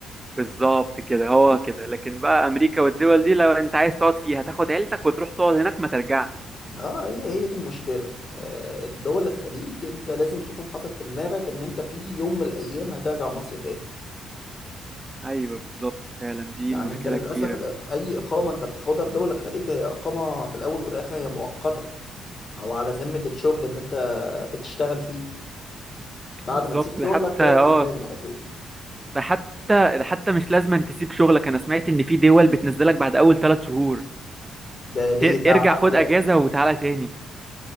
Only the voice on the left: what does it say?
اه هي هي دي المشكلة آه، دول الخليج انت لازم تكون حاطط في دماغك ان انت في يوم من الايام هترجع مصر تاني
يعني
انت للاسف
ال- اي اقامة انت بتاخدها في دول الخليج هي اقامة في الاول والاخر هي مؤقتة او على ذمة الشغل اللي انت بتشتغل فيه بعد
ما تسيب شغلك
ترجع
تاني على طول
ده ليه
ده
عافية
ولا ايه